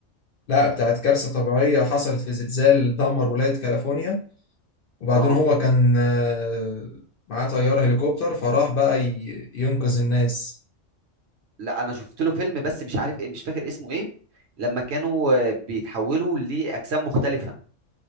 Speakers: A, on the left; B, on the right.
A: لا بتاعت كارثة طبيعية حصلت في زلزال دمر ولاية كاليفورنيا وبعدين
B: اه
A: هو كان آه، معاه طيارة هليكوبتر فراح بقى ي- ينقذ الناس
B: لا انا شفت له فيلم بس مش عارف ايه مش فاكر اسمه ايه لما كانوا آه، بيتحولوا لاجسام مختلفه